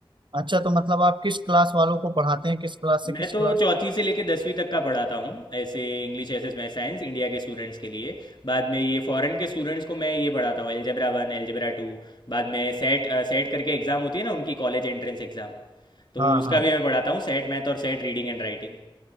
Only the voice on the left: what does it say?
मैं तो
चौथी से लेके दसवीं तक का पढ़ाता हूँ ऐसे English S S math science India के स्टूडेंट्स के लिए बाद में ये फॉरेन के स्टूडेंट्स को मैं ये पढ़ाता हूँ एलजेब्रा वन एलजेब्रा टू बाद में सेट सेट करके एग्ज़ाम होती है ना उनकी कॉलेज एंट्रेंस एग्ज़ाम तो
उसका
भी मैं पढ़ाता हूँ सेट मैथ और सेट रीडिंग एंड राइटिंग